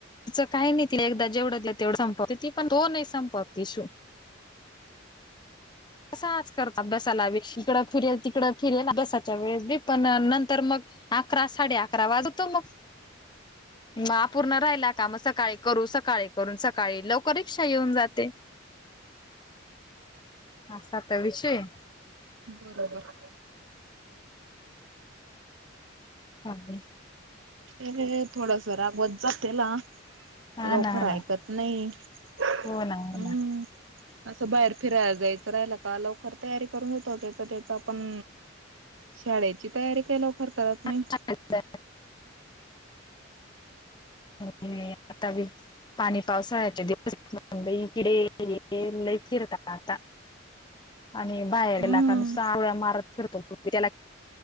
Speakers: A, on the left (about 20°); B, on the right (about 80°).
A: तिचं काही नाही तिला एकदा जेवढतल्या तेवढ संपवत, पण तो नाही संपव <unintelligible> <unintelligible> करत अभ्यासाला, इकडं फिरेल तिकडं फिरेल अभ्यासाच्या वेळेस बी पण नंतर मग अकरा, साडे अकरा वाजवतो मग मग आपूर्ण राहिला का, मग सकाळी करू, सकाळी करून, सकाळी लवकर रिक्षा येऊन जाते. आपला विषय
B: बरोबर
A: हां. <unintelligible>
B: े थोडस रागवत जा तेला लोक
A: ना हा ना
B: ऐकत नाही हम्म
A: हो ना हो
B: असं बाहेर फिरायला जायचं राहिल का लवकर तयारी करून येतो त्याच त्याच आपण शाळेची तयारी के लव खर करत नाही
A: ना होता पाणी पावसाळ्याचे दिवस मुंबई किडे लई फिरत आता आणि बाहेरला
B: हम्म
A: कारण सावळ्या मारत फरतो त्याला